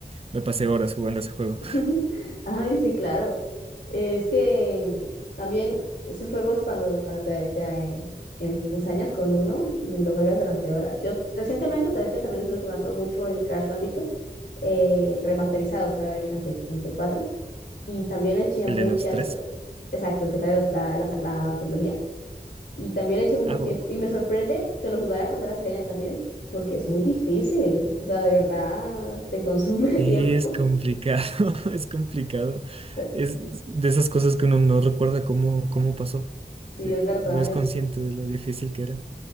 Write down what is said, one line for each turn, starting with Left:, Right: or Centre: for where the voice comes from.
Right: me pasé horas jugando ese juego.
Left: <laughs>
Right: <laughs>
Left: Ay, sí, claro. Eh, Es que también esos juegos cuando, cuando te, te, eh, en- ensañas con uno, mm, lo juegas durante horas. Yo recientemente, de hecho, también estuve jugando mucho el Crash Bandicoot, eh, el remasterizado que hay ahorita en Play, en Play 4 y también le eché muchas
Right: El de los tres.
Left: horas. Exacto, el que trae los- la, la, la trilogía. Y también le eché mucho
Right: Agua.
Left: tiempo. Y me sorprende que lo jugara cuando era pequeña también, porque es muy difícil. O sea, de verdad, te consume
Right: Sí,
Left: <laughs> tiempo.
Right: es complicado, <laughs> es complicado.
Left: <laughs>
Right: Es de esas cosas que uno no recuerda cómo, cómo pasó.
Left: Sí,
Right: Sí,
Left: es verdad,
Right: no es consciente
Left: es-
Right: de lo difícil que era.